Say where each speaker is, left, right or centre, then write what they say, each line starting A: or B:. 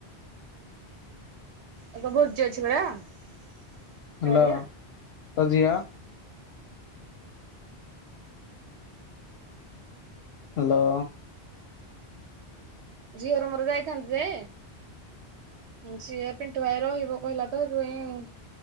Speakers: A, on the right (about 80°); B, on the left (about 70°).
A: ଆଉ ତ ଭୋଜି ଅଛି ପରା <unintelligible>
B: ହ୍ୟାଲୋ ତୋ ଝିଅ? ହ୍ୟାଲୋ।
A: ଝିଅର ମୋର ଯାଇଥାନ୍ତୁ ଯେ ସିଏ ପିଣ୍ଟୁ ଭାଇ ରହିବ କହିଲା ତ ସେଥିପାଇଁ